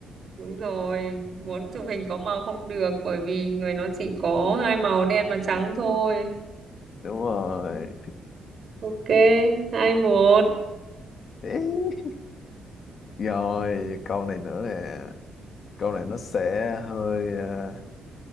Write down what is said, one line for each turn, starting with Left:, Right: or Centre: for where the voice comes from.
Right: đúng rồi muốn chụp hình có màu không được bởi vì người nó chỉ có hai màu đen và trắng thôi
Left: đúng rồi
Right: ok hai một
Left: Ý. rồi câu này nữa nè câu này nó sẽ hơi ờ,